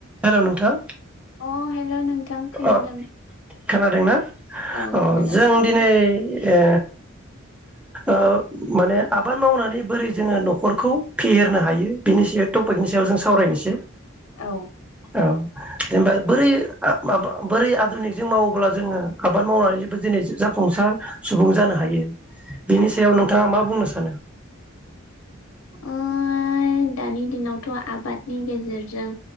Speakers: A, in the centre; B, on the left.
A: Hello नोंथां
B: अ hello नोंथां खोनादों।
A: अ खोनादोंना?
B: औ
A: अ
B: खोनागासिनो
A: जों दिनै ए ओ माने आबाद मावनानै बोरै जोङो नखरखौ फेहेरनो हायो बिनि सायाव टपिकनि सायाव जों सावरायनोसै।
B: औ
A: औ जेनेबा बोरै ओ माबा बोरै आदुनिकजों मावोब्ला जोङो आबाद मावनानै जोबो जिनै जाफुंसार सुबुं जानो हायो। बिनि
B: औ
A: सायाव नोंथाङा मा बुंनोस सानो।
B: ओ दानि दिनावथ आबादनि गेजेरजों